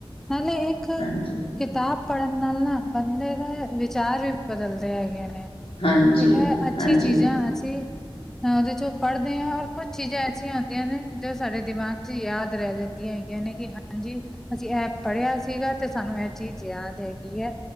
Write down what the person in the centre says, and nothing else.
ਨਾਲੇ, ਇੱਕ
ਕਿਤਾਬ ਪੜ੍ਹਨ ਨਾਲ ਨਾ, ਬੰਦੇ ਦਾ ਵਿਕ ਵਿਚਾਰ, ਵੀ ਬਦਲਦੇ ਹੈਗੇ ਨੇ,
ਕਿ ਐ ਅੱਛੀ
ਚੀਜ਼ਾਂ ਅਸੀਂ ਉਹਦੇ ਚ ਪੜ੍ਹਦੇ ਹਾਂ, ਔਰ ਕੁੱਛ ਚੀਜ਼ਾਂ ਐਸੀਆਂ ਹੁੰਂਦੀਆਂ ਨੇ ਜੋ ਸਾਡੇ ਦਿਮਾਗ ਚ ਯਾਦ ਰਹਿ ਜਾਂਦੀਆਂ ਹੈਗੀਆਂ ਨੇ, ਕਿ ਹਾਂਜੀ, ਅਸੀਂ ਐ ਪੜ੍ਹਿਆ ਹੈਗਾ ਸੀ। ਸਾਨੂੰ ਅ ਇਹ ਚੀਜ਼ ਯਾਦ ਹੈਗੀ ਹੈ,